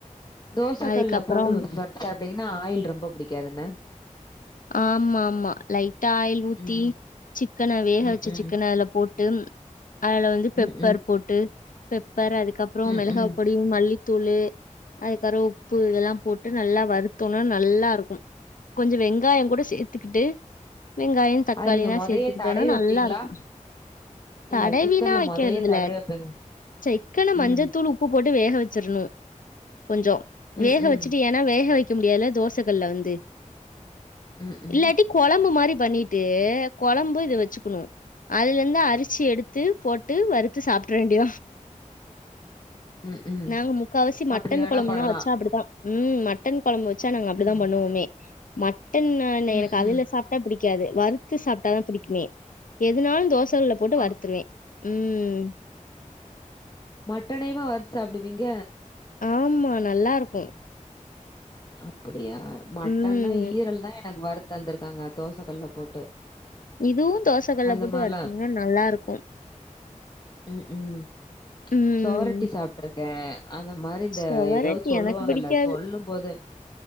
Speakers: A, on the left; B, on the left.
A: தோச
B: அதுக்கப்புறம்
A: கல்லுல போட்டு <unintelligible> சாப்பிட்டீங்கன்னா ஆயில் ரொம்ப புடிக் காதுல
B: ஆமா ஆமா லைட்டா ஆயில் ஊத்தி
A: ம்
B: சிக்கன வேக
A: ம்
B: வச்ச
A: ம்
B: சிக்கன அதுல போட்டு ம் அதுல வந்து பெப்பர்
A: ம் ம்
B: போட்டு பெப் பரு அதுக்கப்றோ
A: ம்
B: மெளகா
A: ம்
B: பொடியு மல்லி தூளு அதுக்கறோ உப்பு இதல்லா போட்டு நல்லா வருத்தோனா நல்லா இருக்கு கொஞ்சோ வெங் வெங்காயோ கூட சேத்துக்கிட்டு வெங்காயோ தக்காளியல்லா
A: அது நீங்க மொதயே
B: சேத்துக்கிட்டோன்னா
A: தடவி
B: நல்லாருக்கு
A: வப்பீங்களா
B: தடவீனா
A: இல்ல சிக்கன்ல
B: வைக்கிறதுதுல
A: மொதயே தடவி வப்பீங்க
B: சிக்கன மஞ்சத்தூள்
A: ம்
B: உப்பு போட்டு வேக வச்சிரணு கொஞ்சம்
A: ம்
B: வேக
A: ம்
B: வச்சுட்டு ஏன்னா வேக வக் <unintelligible> முடியாதுல தோசகல்ல வந்து
A: ம் ம்
B: இல்லெட்டி கொலம்பு மாரி பண்ணிட்டு கொழம்பு இத வச்சுக்குணு அதுலஇந்து அரிசி எடுத்து போட்டு வருத்து சாப்ட்ர வேண்டி
A: ம் ம்
B: நாங்க முக்கவாசி மட்டன்
A: அப்டி வேணா
B: கொழம்புலா
A: பண்ணலா
B: வெச்சா அவ்ளோதா ம்ம் மட்டன் கொழம்பு வெ வச்சா நாங்க அப்படிதா
A: ம்
B: பண்ணுவமே மட் டன்னு இல்ல
A: ம்
B: எனக்கு அதுல
A: ம்
B: சாப்ட பிடிக் க்காது வறுத்து சாப்டதா பிடிக்குமே எதுனாலு தோச <unintelligible> போட்டு
A: ஆ
B: வருத்துருவே ம்
A: மட்டனையுமா வருத்து சாப்டுவீங்க
B: ஆமா நல்லாருக்கோ
A: அப்ப அப்படியா மட்டன்னா
B: ம்
A: ஈரல்தா எனக்கு வரு தத்து தந்திருக்காங்க தோச கல்ல போட்டு
B: இதுவு தோசகல்ல
A: அந்த
B: போட்டு
A: மாரலா
B: வறுத்தீங்கன்னா நல்லாருக்கு
A: ம் ம்
B: ம்
A: சுவரோட்டி சாப்ட்டுருக்கேன் அந்த மாரி இந்த
B: சொவரொட்டி
A: ஏதோ சொல்லுவாங்கல்ல
B: எனக்கு பிடிக்காது
A: சொல்லும்போது